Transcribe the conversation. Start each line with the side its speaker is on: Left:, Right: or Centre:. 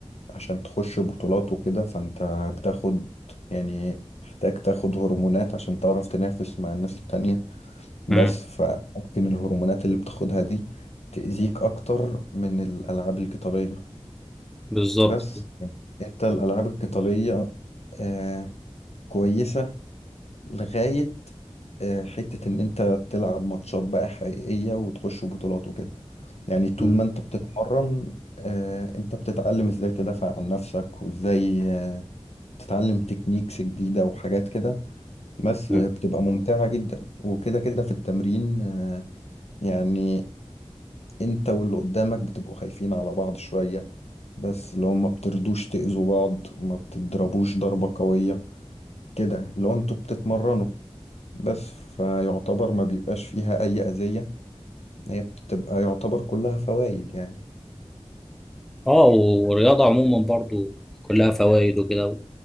Left: عشان تخش بطولات وكده فانت بتاخد يعني محتاج تاخد هرمونات عشان تعرف تنافس مع الناس التانية بس
Centre: مم.
Left: فممكن الهرمونات اللي بتاخدها دي تأذيك أكتر من الألعاب القتالية
Centre: بالظبط
Left: بس انت الألعاب القتالية آه كويسة لغاية آه حتة إن أنت تلعب ماتشات بقى حقيقية وتخش بطولات وكده يعني طول
Centre: مم.
Left: ما أنت بتتمرن آه، انت بتتعلم ازاي تدافع عن نفسك وازاي آه، تتعلم تكنيكس جديدة وحاجات كده بس
Centre: مم.
Left: بتبقى ممتعة جدا وكده كده في التمرين آه، يعني انت واللي قدامك بتبقوا خايفين على بعض شوية بس اللي هو ما بتردوش تأذوا بعض ما بتضربوش ضربة قوية كده اللي هو انتوا بتتمرنوا بس فيعتبر ما بيبقاش فيها أي أذية هي بتبقى يعتبر كلها فوائد يعني
Centre: اه والرياضه عموما برضو كلها فوائد وكده